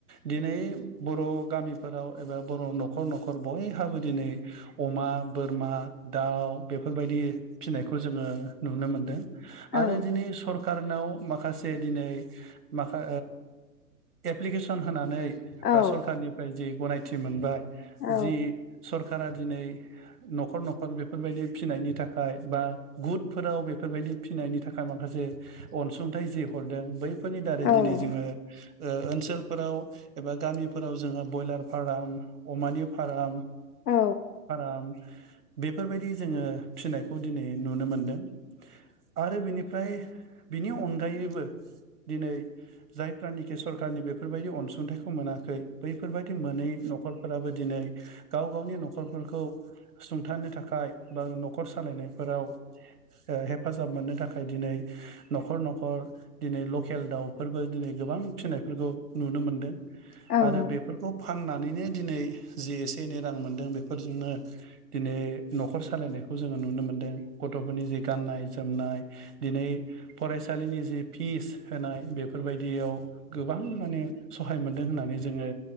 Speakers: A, on the right; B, on the left.
A: दिनै बर' गामिफोराव एबा बर' न'खर न'खर बयहाबो दिनै अमा, बोरमा, दाउ बेफोरबायदि फिसिनायखौ जोङो नुनो मोनदों।
B: औ
A: आरो दिनै सरक कारनाव माखासे दिनै माखा एप्लिकेसन होनानै
B: औ
A: बा सरखारनिफ्राय जि गनायथि मोनबाय
B: औ
A: जि सरकारा दिनै न'खर न'खर बेफोरबायदि फिनायनि थाखाय बा गुटफोराव बेफोरबायदि फिनायनि थाख माखासे अनसुंथाइ जि हरदों बैफोरनि दारै
B: औ
A: दिनै जोङो ओनसोलफोराव एबा गामिफोराव जोङो बयलार फाराम अमानि फाराम
B: औ।
A: राम बेफोरबायदि जोङो फिसिनायखौ दिनै नुनो मोनदों। आरो बिनिफ्राय बिनि अनगायैबो दिनै जायफ्रानोखि सरखारारनि बेफोरबायदि अनसुंथाइखौ मोनाखै बैफोरबायदि मोनै न'खरफोराबो दिनै गाव-गावनि न'खर फोरखौ सुंथानो थाखाय बा न'खर सालायनायफोराव ओ हेफाजाब मोननो थाखाय दिनै न'खर न'खर दिनै लकेल दाउफोरबो दिनै गोबां फिसिनायफोरखौ नुनो मोनदों।
B: औ
A: आरो बेफोरखौ फाननानैनो दिनै जि एसे एनै रां मोनदों बे फोरजोंनो दिनै न'खर सालायनायखौ जोङो नुनो मोनदों। गथ'फोरनि जे गाननाय जोमना नाय दिनै फरायसालिनि जि फिस होनाय बेफोरबायदियाव गोबां माने सहाय मोनदों होननानै जोङो